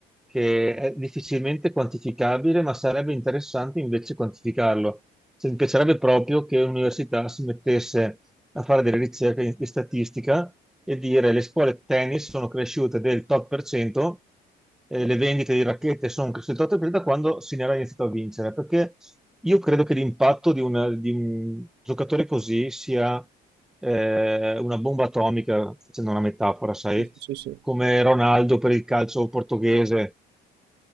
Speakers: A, in the centre; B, on the right.
A: che è difficilmente quantificabile, ma sarebbe interessante invece quantificarlo. Cioè, mi piacerebbe proprio che l'università si mettesse a fare delle ricerche di di statistica e dire le scuole tennis sono cresciute del tot per cento eh, le vendite di racchette sono cresciute il 8% da quando Sinera ha iniziato a vincere, perché io credo che l'impatto di, una- di un giocatore così sia eh, una bomba atomica, facendo una metafora, sai,
B: sì, sì, sì.
A: come Ronaldo per il calcio portoghese.